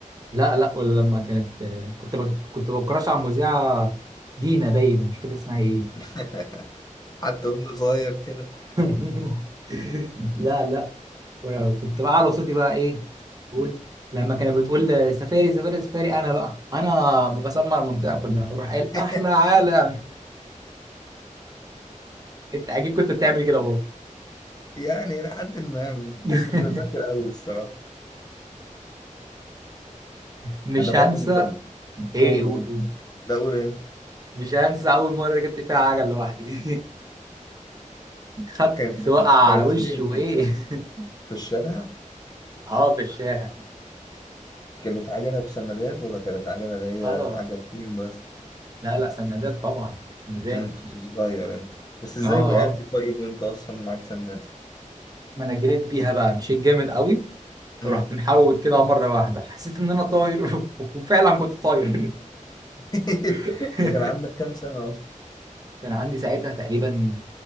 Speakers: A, on the right; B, on the left.
A: لا لا ولا لما كانت كنت بت- كنت بكراش على المذيعه دينا باين مش فاكر اسمها ايه
B: <laughs> حتى وانا صغير كده
A: <laughs> لا لا وأنا كنت بقى على صوتي بقى ايه بقول لما كانت بتقول سفاري سفاري سفاري انا بقى انا بسمع المنطقه كلها اروح قايل
B: <laughs>
A: احلى عالم انت اكيد كنت بتعمل كده برضه
B: يعني لحد ما
A: <laughs>
B: بس مش متذكر قوي الصراحه
A: مش
B: انا برضو
A: هنسى
B: مكرر
A: ايه
B: قول
A: قول
B: قول لا قول انت
A: مش هنسى اول مره جبت فيها عجل لوحدي <laughs> خدت
B: كانت في
A: وقع
B: الش- كانت
A: على وشي
B: فين
A: وايه
B: يعني
A: <laughs>
B: في الشارع
A: اه في الشارع
B: كانت عجلة بسندات ولا كانت عجلة اللي هي
A: اه
B: عجلتين بس
A: لا لا سندات طبعا سندات
B: امم كنت صغير انت بس ازاي
A: اه
B: وقعت
A: اه
B: طيب وانت اصلا معاك سندات
A: ما انا جريت بيها بقى مشيت جامد قوي
B: امم
A: ورحت محوت كده مره واحده حسيت ان انا طاير <laughs> وفعلا كنت طاير
B: <laughs>
A: <laughs>
B: ده كان عندك كام سنة اصلا
A: كان عندي ساعتها تقريبا